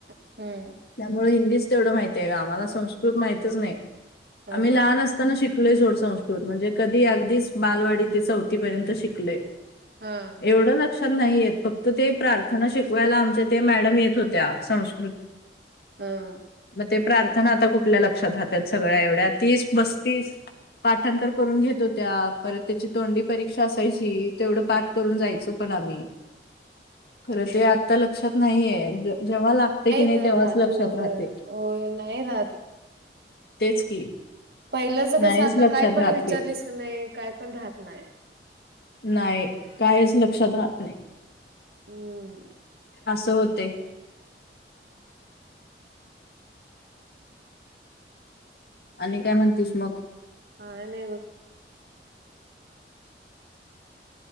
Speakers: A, on the right; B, on the left.
A: हम्म.
B: होय हिंदीच तेवढं माहिती आहे ग मला संस्कृत माहितच नाही.
A: हं,
B: आम्ही लहान असताना शिकलोय सोड संस्कृत म्हणजे कधी अगदीच बालवाडी डी ते चौथी पर्यंत शिकलोय
A: हं,
B: एवढ क्षात नाही येत फक्त ते प्रार्थना शिकवायला आमच्या ते मॅडम येत होत्या संस्कृत
A: हा.
B: मग ते प्रार्थना आता कुठल्या लक्षात राहतात सगळ्या एवढ्या तीस, पस्तीस. पाठांतर करून घेत होत्या परत त्याची तोंडी परीक्षा असायची तेवढं पाठ करून जायचो पण आम्ही. खरं ते आत्ता लक्षात नाहीये. जेव्हा लागते कि नाही
A: ग
B: तेव्हाच
A: राहत
B: लक्षात
A: होय,
B: राहते.
A: होय नाही राहत.
B: तेच की.
A: पहिलंच
B: नाहीच
A: कसं आता
B: लक्षात
A: काय पण
B: राहत
A: विचारलीस
B: ते.
A: का नाही काय पण राहत नाही.
B: नाही कायच लक्षात राहत नाही.
A: हम्म.
B: असं होते. आणि काय म्हणतीस मग.
A: काय नाही बघ.